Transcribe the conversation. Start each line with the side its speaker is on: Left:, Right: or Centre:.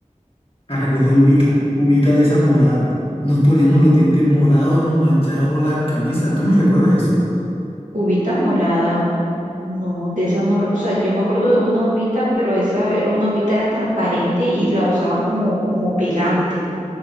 Left: a recoger uvita, uvita de esas moradas. Nos poníamos los dientes morados, nos manchábamos las camisas. ¿Tú no recuerdas eso?
Right: ubita morada, no, de esa no, o sea, yo me acuerdo de una ubita pero esa era una ubita transparente y la usaban como, como pegante,